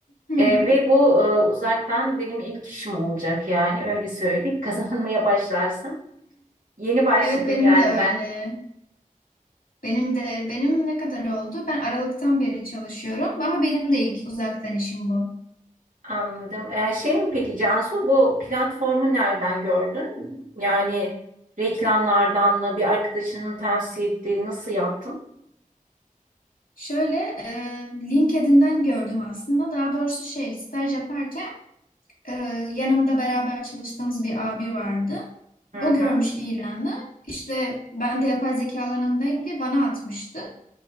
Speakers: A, on the left (about 85°); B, on the right (about 70°).
A: Hı hı.
B: E, ve bu e, uzaktan benim ilk işim olacak yani öyle söyleyeyim. <laughs> Kazanmaya başlarsın. Yeni başladım
A: Evet benim
B: yani
A: de öyle.
B: ben
A: Benim de benim ne kadar oldu? Ben Aralık'tan beri çalışıyorum ama benim de ilk uzaktan işim bu.
B: anladım. E, şey mi peki Cansu bu platformu nereden gördün? Yani reklamlardan mı bir arkadaşının tavsiye ettiği nasıl yaptın?
A: Şöyle e, LinkedIn'den gördüm aslında. Daha doğrusu şey staj yaparken e, yanımda beraber çalıştığımız bir abi vardı.
B: Hı
A: O
B: hı.
A: görmüş ilanı. işte ben de yapay zeka alanındayım diye bana atmıştı.